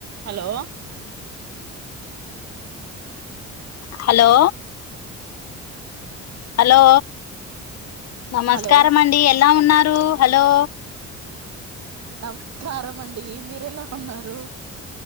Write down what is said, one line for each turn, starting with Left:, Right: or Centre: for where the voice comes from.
Right: హలో
Left: హలో హలో నమస్కారమండి
Right: హలో
Left: ఎలా ఉన్నా రూ హలో
Right: నమస్కారమండీ మీరెలా ఉన్నారు